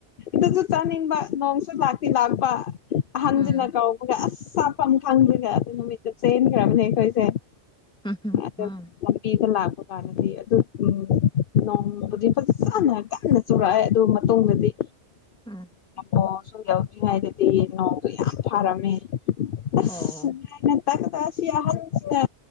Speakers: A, on the left; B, in the centre.
A: ꯑꯗꯨꯁꯨ ꯆꯥꯅꯤꯡꯕ ꯅꯣꯡꯁꯨ ꯂꯥꯛꯇꯤ ꯂꯥꯛꯄ ꯑꯍꯟꯁꯤꯅ
B: ꯎꯝ
A: ꯀꯧꯕꯒ ꯑꯁ ꯆꯥꯐꯝ ꯈꯪꯗꯒ ꯑꯗꯨ ꯅꯨꯃꯤꯠꯇꯨ ꯆꯦꯟꯈ꯭ꯔꯕꯅꯦ ꯑꯩꯈꯣꯏꯁꯦ
B: ꯎꯝ
A: ꯑꯗꯨꯅꯤ
B: ꯎꯝ
A: ꯃꯄꯤꯅꯥ ꯂꯥꯛ ꯀꯥꯟꯗꯗꯤ ꯑꯗꯨ ꯎ ꯅꯣꯡꯃꯗꯨꯗꯤ ꯐꯖꯅ ꯀꯟꯅ ꯆꯨꯔꯛꯑꯦ ꯑꯗꯨ ꯃꯇꯨꯡꯗꯗꯤ
B: ꯎꯝ
A: ꯑꯣ ꯁꯨꯝ ꯌꯥꯎꯗ꯭ꯔꯤꯉꯩꯗꯗꯤ ꯅꯣꯡꯗꯣ ꯌꯥꯝ ꯐꯥꯔꯝꯃꯦ ꯑꯁꯥꯏꯅ
B: ꯑꯣ
A: ꯇꯥꯛ ꯇ ꯑꯁꯤ ꯑꯍꯟꯁꯤꯅ